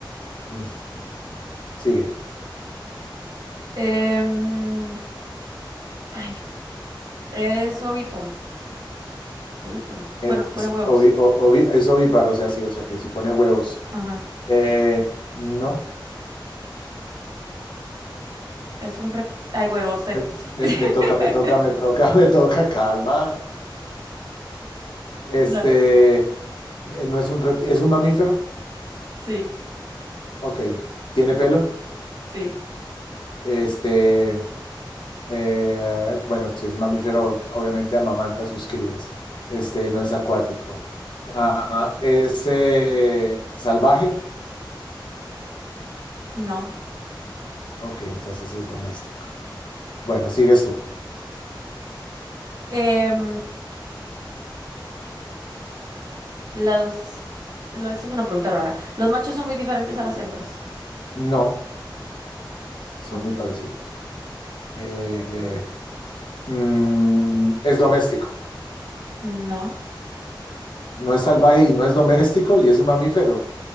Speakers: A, on the left (about 70°); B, on the right (about 50°).
A: Mm, sigue.
B: Em, ay, es ovíparo. Ovíparo.
A: Es,
B: Bueno, pone huevos.
A: ovi- o- ovi- es ovíparo, o sea, sí, o sea, que si pone huevos.
B: Ajá.
A: Eh, no.
B: Es un rep. Ay, bueno, usted.
A: Me, me-
B: <laughs>
A: me toca, me toca, me toca, <laughs> me toca, calma. Este,
B: Dale.
A: eh, no es un reptil, es un mamífero.
B: Sí,
A: Ok. ¿Tiene pelo?
B: sí.
A: Este, eh, bueno, si es un mamífero, obviamente amamanta a sus crías. Este, no es acuático. Ah, es eh, salvaje.
B: No.
A: Ok, entonces es doméstico. Bueno, sigues tú.
B: Em, los, lo- esta es una pregunta rara. Los machos son muy diferentes a las hembras.
A: No, son
B: Ok.
A: muy parecidos. Eh, mm, es doméstico.
B: No.
A: No es salvaje y no es doméstico y es un mamífero.